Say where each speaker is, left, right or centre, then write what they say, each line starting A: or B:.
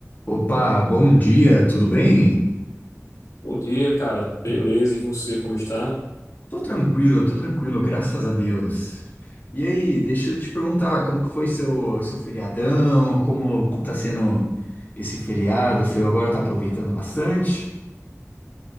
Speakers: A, on the left; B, on the left.
A: Opa, bom dia, tudo bem?
B: Bom dia, cara. Beleza, e você como está?
A: Tô tranquilo, tô tranquilo, graças a Deus. E aí, deixa eu te perguntar, como que foi seu, seu feriadão? Como, como tá sendo esse feriado? Você agora tá aproveitando bastante?